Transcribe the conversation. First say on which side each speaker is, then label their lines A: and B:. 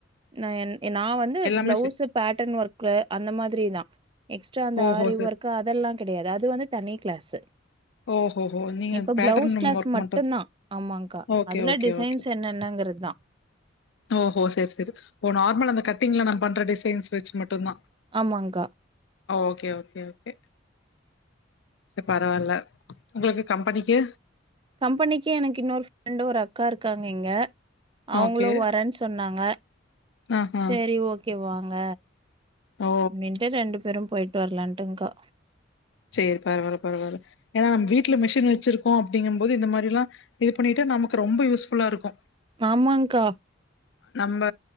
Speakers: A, on the right; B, on the left.
A: ந என் நான் வந்து
B: எல்லாமே
A: பிளவுஸ்
B: சே
A: பேட்டர்ன் ஒர்க்ல அந்த மாதிரிதான் எக்ஸ்ட்ரா அந்த
B: ஓஹோ!
A: ஆரி
B: சரி.
A: ஒர்க்கு அதெல்லா கிடையாது அது வந்து தனி கிளாஸு
B: ஓஹோஹோ! நீங்க
A: இப்ப
B: பேட்டர்ன்
A: பிளவுஸ் கிளாஸ்
B: ஒர்க்
A: மட்டும் தான் ஆமாகா
B: ஓகே
A: அதுல
B: ஓகே
A: டிசைன்ஸ்
B: ஓகே
A: என்னன்ன ங்கிறது தா
B: ஓஹோ செரி செரி ஓ நார்மல் அந்த கட்டிங்ல நா பண்ற டிசைன்ஸ் வச்சு மட்டும்தா
A: ஆமங்கா
B: ஓகே ஓகே ஓகே சரி பரவால்ல உங்களுக்கு கம்பெனிக்கு
A: கம்பெனிக்கு எனக்கு இன்னொரு ஃப்ரெண்டு ஒரு அக்கா இருக்காங்க இங்க அவங்களு
B: ஓகே.
A: வரேன்னு சொன்னாங்க
B: ஆஹா.
A: சரி ஓகே வாங்க
B: ஓ!
A: ரெண்டே ரெண்டு பேரும் போயிட்டு வரலான்ட்டு்கா
B: சேரி பரவால்ல பரவால்ல ஏன்னா நம்ம வீட்ல மிஷின் வச்சிருக்கோ அப்படிங்கும் போது இந்த மாதிரி எல்லா இது பண்ணிட்டு நமக்கு ரொம்ப யூஸ்ஃபுல்லா இருக்கு
A: ஆமாங்கா
B: நம்ம